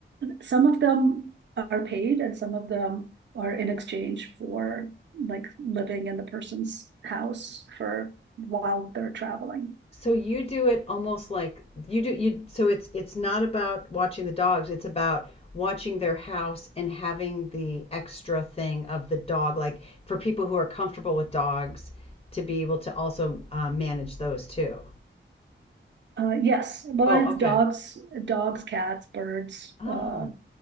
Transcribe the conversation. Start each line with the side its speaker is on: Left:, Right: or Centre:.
Right: some of them are paid, and some of them are in exchange for like living in the person's house for while they're traveling.
Left: So you do it almost like you do you so it's it's not about watching the dogs, it's about watching their house and having the extra thing of the dog like for people who are comfortable with dogs to be able to also uh, manage those too.
Right: Uh, yes, well,
Left: Oh,
Right: and it's
Left: okay.
Right: dogs, dogs, cats, birds,
Left: Oh.
Right: uh,